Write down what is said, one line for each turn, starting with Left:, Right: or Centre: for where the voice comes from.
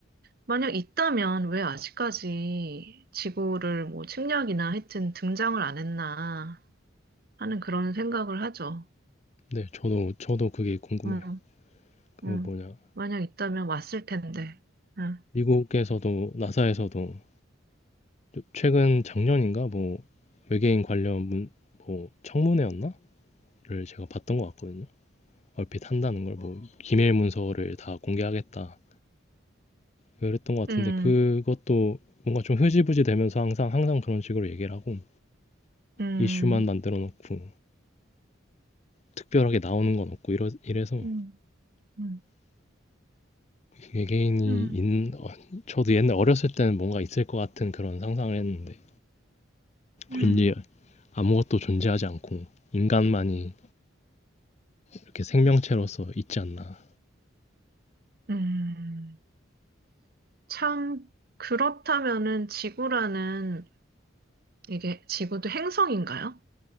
Right: 만약 있다면 왜 아직까지 지구를 뭐 침략이나 하여튼 등장을 안 했나 하는 그런 생각을 하죠.
Left: 네, 저도, 저도 그게 궁금해요.
Right: 음,
Left: 그
Right: 음.
Left: 뭐냐,
Right: 만약 있다면 왔을 텐데. 음,
Left: 미국에서도, 나사에서도 최근 작년인가 뭐 외계인 관련 문, 뭐 청문회였나?를 제가 봤던 것 같거든요. 얼핏 한다는 걸 뭐 기밀 문서를 다 공개하겠다 그랬던 것 같은데
Right: 음,
Left: 그것도 뭔가 좀 흐지부지 되면서 항상 항상 그런 식으로 얘기를 하고
Right: 음,
Left: 이슈만 만들어 놓고 특별하게 나오는 건 없고 이러, 이래서
Right: 음, 음,
Left: 외계인이
Right: 음,
Left: 있는, 어, 저도 옛날 어렸을 때는 뭔가 있을 것 같은 그런 상상을 했는데,
Right: 음.
Left: 왠지 아무것도 존재하지 않고, 인간만이 이렇게 생명체로서 있지 않나.
Right: 음. 참, 그렇다면은 지구라는, 이게 지구도 행성인가요?